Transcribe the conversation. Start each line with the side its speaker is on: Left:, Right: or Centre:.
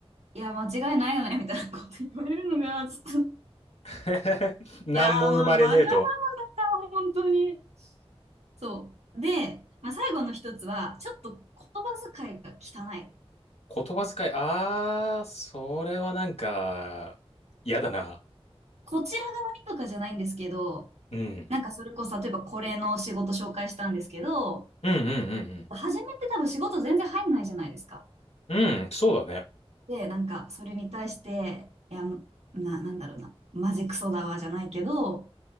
Right: いや、間違いないよね、みたいなこと言われるのが、ちょっと、
Left: <laughs> 何も生まれねえと。
Right: いやー、まあ、わがまま本当に。そう。で、まあ、最後の一つは、ちょっと言葉遣いが汚い。
Left: 言葉遣い、ああ、それはなんか、嫌だな。
Right: こちら側にとかじゃないんですけど、
Left: うん。
Right: なんかそれこそ、例えばこれの仕事紹介したんですけど、
Left: うんうん
Right: 初めて多分仕事全然入んないじゃないですか。
Left: うんうん。うん、そうだね。
Right: で、なんかそれに対して、いや、な、なんだろうな、マジクソだわじゃないけど、